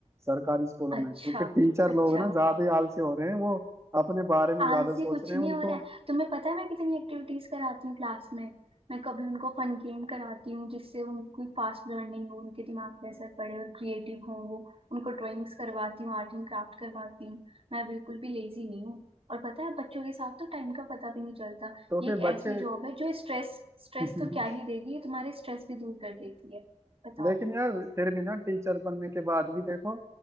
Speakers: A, on the right (about 25°); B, on the right (about 55°).
A: सरकारी स्कूलों
B: अच्छा
A: में क्योंकि टीचर
B: अच्छा
A: लोग ना ज्यादा ही आलसी हो रहे हैं वो अपने बारे में
B: आलसी
A: ज्यादा सोच
B: कुछ
A: रहे
B: नहीं
A: हैं उनको
B: हो रहा है तुम्हें पता है मैं कितनी एक्टिविटीज कराती हूँ क्लास में मैं कभी उनको फन गेम कराती हूँ जिससे उनकी फास्ट लर्निंग हो उनके दिमाग पे असर पड़े और क्रिएटिव हो वो उनको ड्राइंग्स करवाती हूँ आर्ट एंड क्राफ्ट करवाती हूँ मैं बिल्कुल भी लेजी नहीं हूँ और पता है बच्चों के साथ तो टाइम का पता भी नहीं चलता
A: तो
B: ये
A: फिर
B: एक
A: बच्चे
B: ऐसी जॉब है जो स्ट्रेस स्ट्रेस
A: <laughs>
B: तो क्या ही देगी ये तुम्हारे स्ट्रेस भी दूर कर देती है बताओ
A: लेकिन यार फिर भी ना टीचर बनने के बाद भी देखो